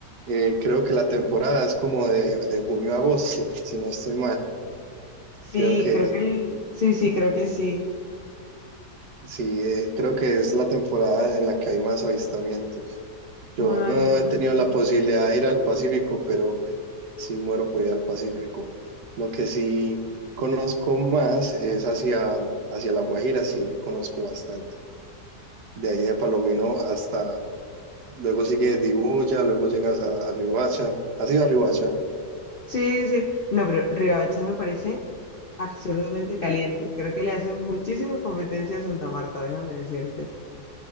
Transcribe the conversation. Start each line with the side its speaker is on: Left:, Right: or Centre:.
Right: Eh, creo que la temporada es como de, de junio a agosto, si no estoy mal.
Left: Sí,
Right: Creo que
Left: creo que el- sí, sí, creo que sí.
Right: sí, eh, creo que es la temporada en la que hay más avistamientos. Yo
Left: Ay,
Right: no
Left: no
Right: he
Left: parece
Right: tenido
Left: Ujú.
Right: la posibilidad de ir al Pacífico, pero sí muero por ir al Pacífico. Lo que sí conozco más es hacia, hacia La Guajira, sí conozco bastante. De ahí de Palomino hasta, luego sigue Dibuya, luego llegas a, a Riohacha. ¿Has ido a Riohacha?
Left: Sí, sí. No, pero Riohacha me parece absurdamente caliente. Creo que le hace muchísima competencia a Santa Marta, déjame decirte.